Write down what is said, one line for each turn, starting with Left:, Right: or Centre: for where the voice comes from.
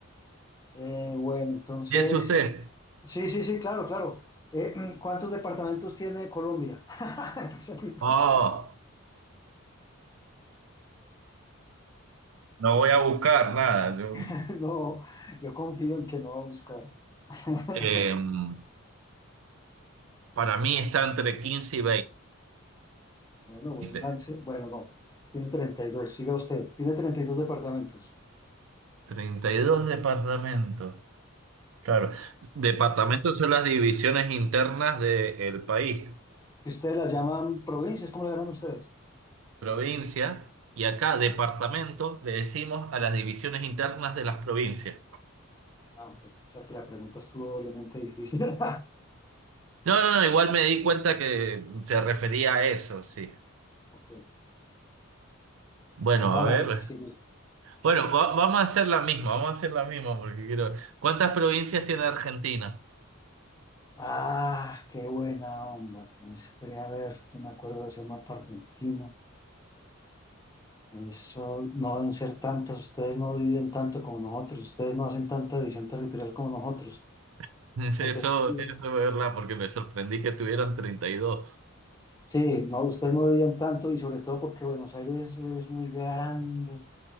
Left: Eh, bueno, entonces,
Right: ¿Y es usted?
Left: sí, sí, sí, claro, claro. Eh, ¿cuántos departamentos tiene Colombia? <laughs> Esa es muy buena.
Right: Oh, no voy a buscar nada. Yo,
Left: <laughs> No, yo confío en que no va a buscar. <laughs>
Right: em, para mí está entre quince y
Left: Bueno, buen
Right: veinte.
Left: lance. Bueno, no. Tiene treinta y dos siga usted. Tiene 32 departamentos.
Right: Treinta y dos departamentos. Claro. Departamentos son las divisiones internas del país.
Left: ¿Y ustedes las llaman provincias? ¿Cómo las llaman ustedes?
Right: provincia, y acá departamento le decimos a las divisiones internas de las provincias.
Left: Ah, ok. O sea que la pregunta estuvo doblemente difícil. <laughs>
Right: No, no, no, igual me di cuenta que se refería a eso, sí.
Left: Ok.
Right: Bueno,
Left: Ahora,
Right: a ver.
Left: si mis-
Right: Bueno, va- vamos a hacer la misma, vamos a hacer la misma porque quiero... ¿Cuántas provincias tiene Argentina?
Left: Ah, qué buena, hombre. Me estaré a ver. Yo me acuerdo de ese mapa argentino. Eso no deben ser tantas. Ustedes no dividen tanto como nosotros. Ustedes no hacen tanta división territorial como nosotros.
Right: <laughs> Eso,
Left: Porque
Right: eso,
Left: es que
Right: es verdad, porque me sorprendí que tuvieran treinta y dos
Left: Sí, no, ustedes no debían tanto y sobre todo porque Buenos Aires es muy grande.